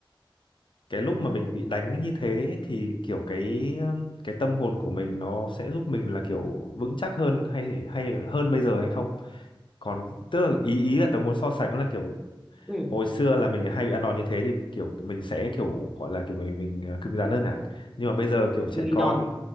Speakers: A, on the left; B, in the centre.
A: cái lúc mà mình bị đánh như thế thì kiểu cái um, cái tâm hồn của mình nó sẽ giúp mình là kiểu vững chắc hơn hay hay hơn bây giờ hay không còn tức là ý ý là tớ muốn so sánh là kiểu
B: Ừ.
A: hồi xưa là mình hay bị ăn đòn như thế thì kiểu mình sẽ kiểu gọi là kiểu mình mình ờ, cứng rắn hơn ạ nhưng mà bây giờ kiểu trẻ
B: mình
A: con
B: giòn